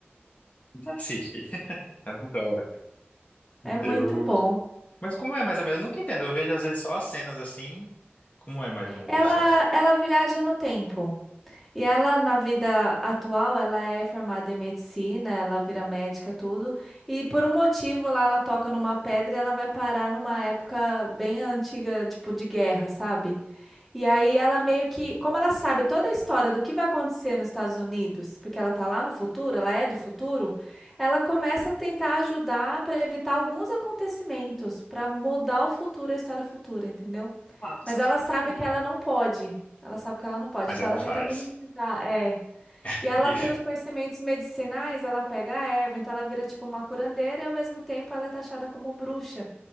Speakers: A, on the left (about 35°); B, in the centre.
A: Não Assiste. <laughs> Eu adoro.
B: É muito
A: Eu.
B: bom.
A: Mas como é mais ou menos? Eu nunca entendo. Eu vejo às vezes só as cenas assim. Como é mais ou menos
B: Ela,
A: a história?
B: ela viaja no tempo. E ela, na vida atual, ela é formada em medicina, ela vira médica, tudo. E por um motivo lá, ela toca numa pedra e ela vai parar numa época bem antiga, tipo, de guerra, sabe? E aí ela meio que, como ela sabe toda a história do que vai acontecer nos Estados Unidos, porque ela tá lá no futuro, ela é do futuro, ela começa a tentar ajudar para evitar alguns acontecimentos, para mudar o futuro, a história futura, entendeu?
A: Ah, você
B: Mas
A: não
B: ela
A: sabe
B: sabe
A: cozinhar.
B: que ela não pode. Ela sabe que ela não pode,
A: Mas
B: então
A: ela
B: ela
A: faz.
B: tenta minimizar, é.
A: <laughs>
B: E ela
A: E-
B: tem os conhecimentos medicinais, ela pega a erva, então ela vira tipo uma curandeira e ao mesmo tempo ela é taxada como bruxa.